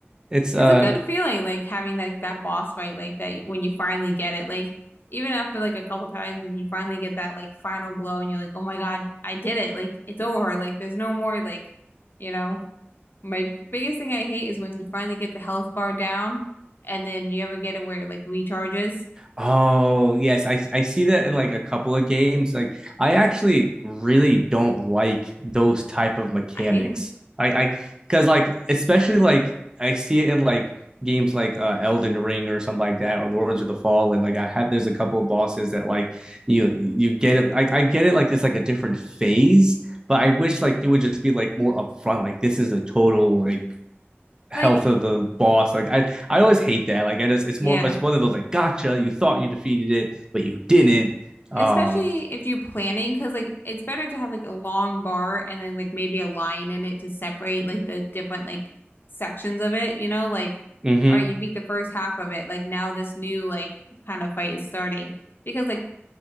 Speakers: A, on the right (about 20°); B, on the left (about 50°).
A: it's uh
B: It's a good feeling, like having like that boss fight, like that when you finally get it, like even after like a couple times and you finally get that like final blow and you're like, oh my God, I did it. Like it's over. Like there's no more like, you know, my biggest thing I hate is when you finally get the health bar down and then you ever get it where it like recharges.
A: Oh, yes. I, I see that in like a couple of games. Like I actually really don't like those type of mechanics.
B: I hate them.
A: I I because like especially like I see it in like games like uh, Elden Ring or something like that or Lords of the Fallen. Like I have there's a couple of bosses that like you you get it. I, I get it like it's like a different phase, but I wish like it would just be like more upfront. Like this is a total like health
B: Like,
A: of the boss. Like I, I always hate that. Like I just, it's
B: yeah.
A: more, it's one of those like, gotcha. You thought you defeated it, but you didn't. Um,
B: Especially if you're planning, because like it's better to have like a long bar and then like maybe a line in it to separate like the different like sections of it, you know? Like,
A: mm-hmm.
B: all right, you beat the first half of it. Like now this new like kind of fight is starting. Because like